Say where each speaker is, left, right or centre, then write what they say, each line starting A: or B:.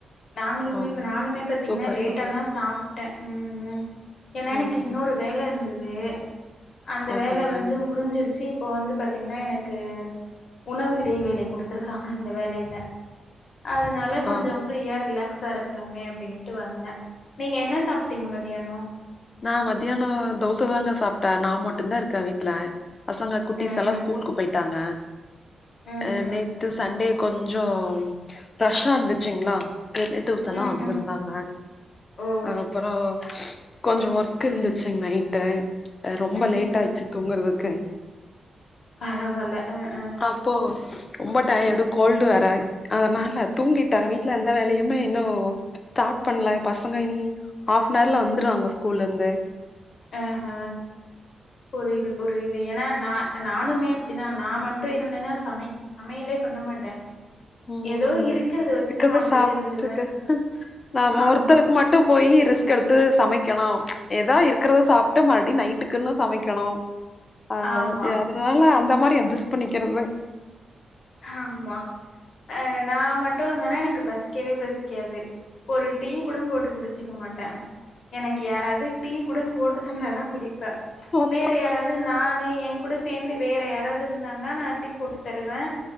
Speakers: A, on the left (about 70°); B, on the left (about 45°).
A: நாங்களுமே
B: ஓ
A: இப்ப நானுமே பாத்தீங்கனா
B: சூப்பர்
A: லேட்டாதா
B: சூப்பர்
A: சா ப்ட்ட ம் ஏன்னா
B: ம்
A: எனக்கு இன்னொரு
B: ம்
A: வேல இருந்தது அந்த
B: ஓகேங்க
A: வேல வந்து முடிஞ்சிருச்சு இப்போ வந்து பாத்தீங்கன்னா எனக்கு உணவு இடைவேளை குடுத்துருக்காங்க இந்த வேலைல அதனா ல கொஞ்சோ
B: ஓ
A: ப்ரியா ரிலாக்ஸா இருக்கலாமே அப்டின்ட்டு வந்த நீங்க என்ன சாப்ட்டீங்க மதியானோ
B: நா மதியானோ தோச தாங்க சாப்ட நா மட்டும்தா இருக்க வீட்ல பசங்க குட்டிஸ்
A: ஆஹ
B: எலா ஸ்கூலுக்கு போயிட்டாங்க
A: ம்ஹும்
B: அ நே த்து சண்டே கொஞ்சோ ரஷ்ஷா இருந்துச்சுங்களா ரிலேட்டிவ்ஸ் எலா
A: ம்ஹும்
B: வந்துருந்தாங்க
A: ஓ
B: ஆ அப்றோ கொஞ்சோ ஒர்க் இருந்துச்சுங் நைட்டு ரொம்ப
A: ம்ஹும்
B: லேட் ஆயிருச்சு தூங்குறதுக்கு
A: பரவால ம் ம்
B: அப்போ ரொம்ப டையடு கோல்டு வேர அதனால தூங்கிட்ட
A: ம்ஹும்
B: வீட்ல எந்த வேலையுமே இன்னு ஸ்டாட் பண்ல பசங்க இனி ஹாபனர்ல வந்துருவாங்க ஸ்கூல்ல இர்ந்து
A: அஹ புரிது புரிது ஏன்னா நா நானுமே அப்டிதா நா மட்டு இருந்தேன்னா சமைக் சமையலே பண்ண மாட்டே
B: ம் ம்
A: ஏதோ
B: ம்
A: இருக்கிறத
B: ம்
A: வச்சு
B: இருக்கதா
A: சாப்ட்டுட்டு
B: சாப்ட்டுக்க
A: இருந்துருவே
B: நாம
A: ஆமா
B: ஒருத்தருக்கு மட்டு போயி ரிஸ் க்றது சமைக்கணு ஏதோ இருக்றத சாப்ட்டு மறுடி நைட்டுக்குன்னு சமைக்கணு ஆ
A: ஆமா
B: அதனால அந்த மாதிரி அட்ஜஸ்ட் பண்ணிக்கிறதுதா
A: ஆமா அ நா மட்டு இருந்தனா எனக்கு பசிக்கவே பசிக்காது ஒரு டீ கூடம் போட்டு குடிச்சிக்க மாட்டே எனக்கு யாராவது டீ கூடம் போட்டு தந்தாதா குடிப்பே
B: பாப்பா
A: வேற யாராது நானே என் கூட சேந்து வேற யாராது இருந்தாங்கன்னா நா டீ போட்டு தருவே